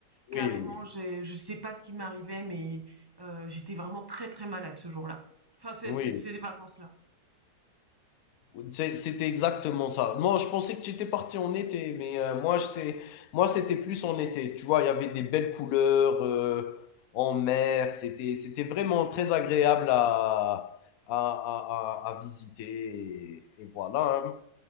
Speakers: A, on the left; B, on the right.
A: Oui,
B: Carrément, j'ai je sais pas ce qui m'arrivait, mais heu, j'étais vraiment très, très malade ce jour-là. Enfin, c'est
A: oui,
B: c'est c'est les vacances-là.
A: oui. C'est- C'était exactement ça. Non, je pensais que tu étais parti en été, mais euh, moi, j'étais, moi, c'était plus en été. Tu vois, il y avait des belles couleurs euh, en mer. C'était, c'était vraiment très agréable à, à, à, à- à visiter. Et, et voilà. hein.